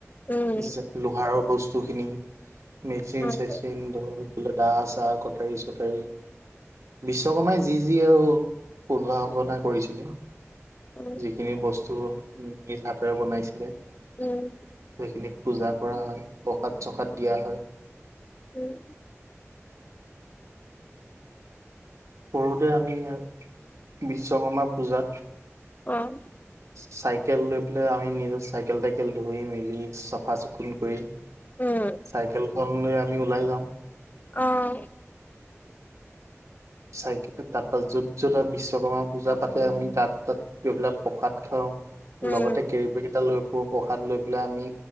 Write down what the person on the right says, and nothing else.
যে লোহাৰৰ বস্তু খিনি, মেচিন
চেচিন ধৰ। দা চা কটাৰী চটাৰী। বিশ্বকৰ্মাই যি যি আৰু উদ্ভাৱনা কৰিছিলে।
যিখিনি বস্তু নিজ হাতেৰে বনাইছিলে, সেইখিনি
পূজাত কৰা হয়, প্ৰসাদ চসাদ দিয়া হয়।
সৰুতে আমি বিশ্বকৰ্মা পূজাত।
চাইকেল লৈ পেলাই আমি নিজৰ চাইকেল তাইকেল ধুই মেলি চফা চিকুণ কৰি
চাইকেল খন লৈ আমি ওলাই যাওঁ।
চাইকেলেৰে তাৰ পৰা য'ত য'ত আৰু বিশ্বকৰ্মা পূজা পাতে আমি তাত তাত গৈ পেলাই প্ৰসাদ খাওঁ।
লগতে কেৰিবেগ এটা লৈ প্ৰসাদ লৈ পেলাই আমি